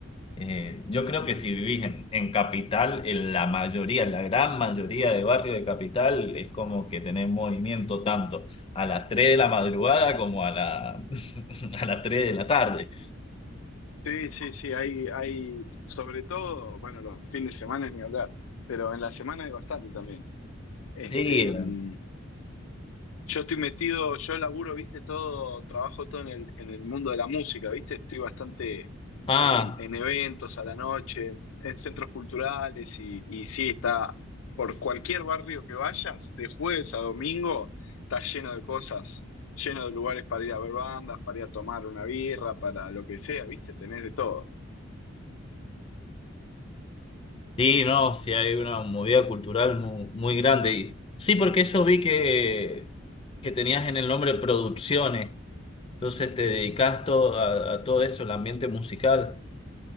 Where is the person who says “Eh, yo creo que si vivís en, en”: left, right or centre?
Left